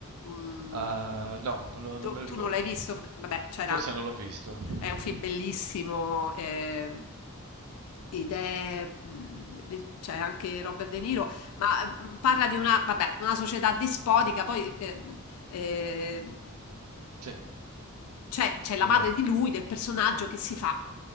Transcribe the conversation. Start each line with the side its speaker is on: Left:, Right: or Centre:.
Left: mm,
Right: eh, no, non, lo- non
Left: do-
Right: me lo ricordo.
Left: tu non l'hai visto? Perché- Vabbè, c'era,
Right: Forse non l'ho visto. Mhm.
Left: è un film bellissimo. ehm, Ed è, mm, c'è anche Robert De Niro, ma mm, parla di una, vabbè, una società dispotica, poi eh, eh,
Right: Sì,
Left: cioè, c'è
Right: è
Left: la
Right: una...
Left: madre di lui, del personaggio che si fa